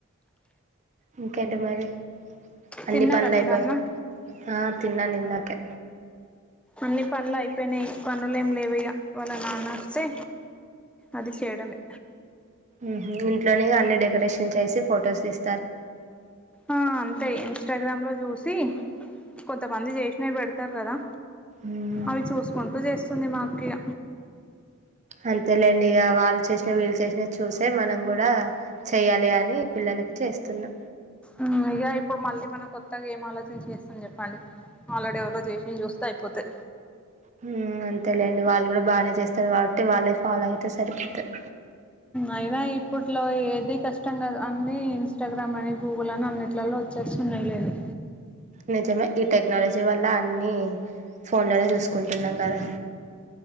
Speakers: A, on the right; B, in the centre.
A: ఇంకేంటి మరి, అన్నీ
B: తిన్నారా
A: పనులు
B: మీరు
A: అయిపోయి,
B: అన్నం
A: ఆ తిన్నాను ఇందాకే
B: అన్ని పనులు అయిపోయినాయి పనులు ఏం లేవు ఇగ. వాళ్ళ నాన్న వస్తే అది చేయడమే
A: ఉహు ఇంట్లోనే అన్ని డెకరేషన్ చేసి ఫొటోస్ తీస్
B: ఆ అంతే ఏం ఇన్స్టాగ్రామ్ లో చూసి కొంతమంది చేసినవి పెడతారు కదా
A: మ్మ్
B: అవి చూసుకుంటూ చేస్తుంది మా అక్కయ
A: అంతేలేండి, ఇక వాళ్ళు చేసినావి వీళ్ళు చేసినావి చూసే మనం కూడా చెయ్యాలి అని పిల్లల చేస్తున్నా
B: ఉమ్, ఇగ ఇప్పుడు మళ్ళీ మనం కొత్తగా ఏం ఆలోచన చేస్తాం చెప్పండి, ఆల్రెడీ ఎవరో చేసింది చూస్ తే అయిపోతా
A: ఉమ్మ్ అంతేలేండి, వాళ్ళు కూడా బాగానే చేస్తారు కాబట్టి, వాళ్ళే ఫాలో అయితే సరిపోతాది
B: అయినా ఇప్పట్లో ఏది కష్టం కాదు. అన్ని ఇన్స్టాగ్రామ్ అని, గూగుల్ అని, అన్నిట్లలో వచ్చే వస్తున్నాయి లేండి
A: నిజమే, ఈ టెక్నాలజీ వల్ల అన్ని ఫోన్ లోనే చూసుకుంటున్నాం కదా